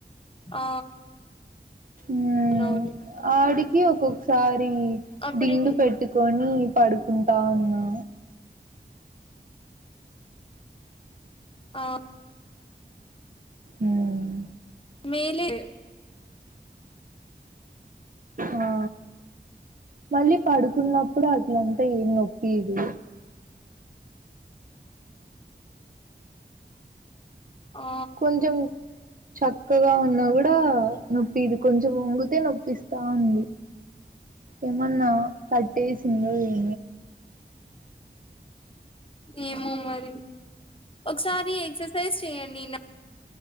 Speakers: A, on the left (about 30°); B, on the right (about 50°).
A: ఆ
B: మ్మ్
A: అవునవును.
B: ఆడికి ఒకొకసారి
A: అప్పుడు
B: దిండు పెట్టుకొని పడు కుంటా ఉన్నా.
A: ఆ
B: మ్మ్
A: మేలే
B: ఆ మళ్ళీ పడుకున్నప్పుడు అట్లంతా ఏం నొప్పియిదు
A: ఆ
B: కొంచం చక్కగా ఉన్న కూడా నొప్పియిదు కొంచెం వంగితే నొప్పిస్తా ఉంది ఏమన్నా పట్టేసిందో ఎ
A: ఏమో మరి ఒకసారి ఎక్సర్సైజ్ చెయండి